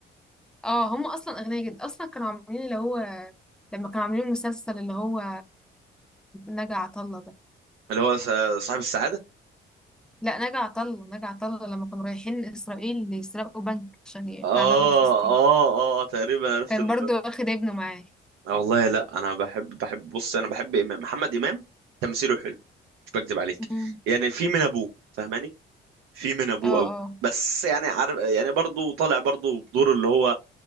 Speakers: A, in the centre; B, on the right.
A: اه هم اصلا اغنياء جدا اصلا كانوا عاملين اللي هو لما كانوا عاملين المسلسل اللي هو نجا عطله ده
B: اللي هو صاحب السعادة
A: لا نجا عطله نجا عطله لما كانوا رايحين اسرائيل يسرقوا بنك عشان يحرروا
B: اه
A: فلسطين
B: اه اه تقريبا عرفت
A: كان
B: الم...
A: برضو واخد ابنه معاه
B: آه والله لا انا بحب بحب بص انا بحب امام محمد امام تمثيله حلو مش بكذب عليك
A: مم.
B: يعني في من ابوه فاهماني في من ابوه
A: اه
B: قوي
A: اه
B: بس يعني عارف يعني برضه طالع برضه بدور اللي هو